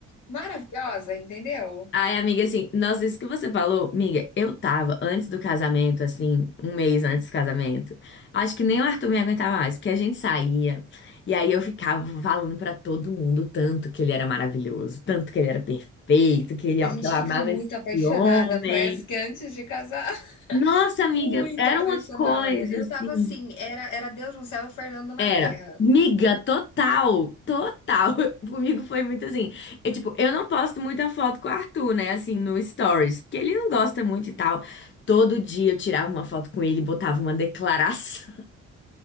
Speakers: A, on the left; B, on the left.
A: maravilhosa, entendeu?
B: Ai, amiga, assim, nossa, isso que você falou, amiga, eu tava antes do casamento, assim, um mês antes do casamento. Acho que nem o Arthur me aguentava mais, porque a gente saía e aí eu ficava falando pra todo mundo o tanto que ele era maravilhoso, tanto que ele era perfeito, que ele,
A: A gente
B: que eu amava
A: fica muito
B: esse
A: apaixonada,
B: homem.
A: parece que antes de casar.
B: Nossa,
A: Muito
B: amiga, era
A: apaixonada.
B: uma coisa
A: Eu
B: assim.
A: tava assim, era era Deus no céu e Fernando na
B: Era.
A: terra.
B: Miga, total, total. <laughs> Comigo foi muito assim. É tipo, eu não posto muita foto com o Arthur, né? Assim, no Stories, porque ele não gosta muito e tal. Todo dia eu tirava uma foto com ele, e botava uma declaração.